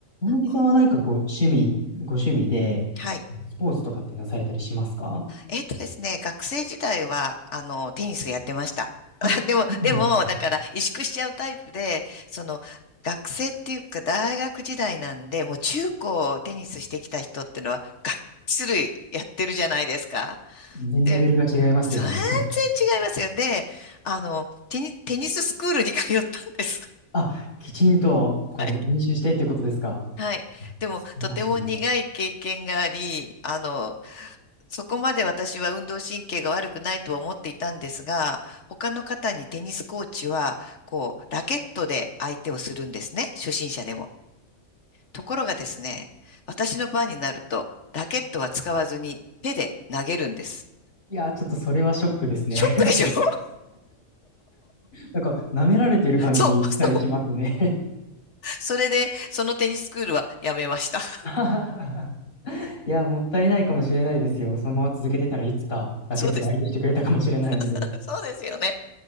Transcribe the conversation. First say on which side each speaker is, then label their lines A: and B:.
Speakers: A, on the left; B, on the left.
A: 大貫さんは何かこう、
B: あ
A: 趣味、ご趣味で、
B: はい。
A: スポーツとかってなされたりしますか
B: えっとですね、学生時代は、あの、テニスやってました。
A: あ、
B: <laughs> でも、
A: そうなんですね
B: でも、だから、萎縮しちゃうタイプで、その、学生っていうか、大学時代なんで、もう中高テニスしてきた人ってのは、がっつりやってるじゃないですか。
A: 全然レベルが違いますよね。
B: で、全然違いますよ。で、あの、テニ、テニススクールに通ったんです。
A: <laughs> あ、きちんと、こう、
B: <laughs> はい。
A: 練習してっていうことですか
B: はい。でも、
A: 素晴らしい。
B: とても苦い経験があり、あの、そこまで私は運動神経が悪くないとは思っていたんですが、他の方にテニスコーチは、こう、ラケットで相手をするんですね。初心者でも。ところがですね、私の番になると、ラケットは使わずに手で投げるんです。
A: いやー、ちょっとそれはショックですね。
B: ショックでしょ <laughs>
A: なんか、舐められてる感じがしますね。
B: そう、そう。それで、そのテニススクールはやめました。<laughs>
A: <laughs> いや、もったいないかもしれないですよ。そのまま続けてたらいつかラケットで相手してくれたかもしれないのでね。
B: そうです。<laughs> そうですよね。